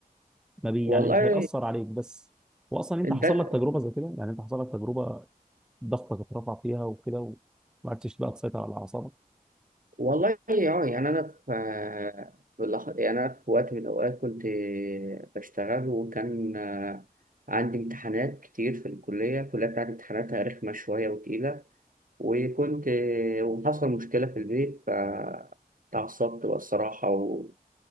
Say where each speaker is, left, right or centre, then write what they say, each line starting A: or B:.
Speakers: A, in the centre; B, on the right.
A: ما بي
B: والله
A: يعني مش هيأثر عليك بس واصلا انت
B: ده
A: حصل لك تجربه زي كده يعني انت حصل لك تجربه ضغطك اترفع فيها وكده وما عرفتش بقى تسيطر على اعصابك
B: والله اه يعني انا في في اللح- يعني انا في وقت من الاوقات كنت بشتغل وكان آه، عندي امتحانات كتير في الكليه الكليه بتاعتي امتحاناتها رخمه شويه وتقيله وكنت آه، وحصل مشكله في البيت فتعصبت بقى الصراحه و-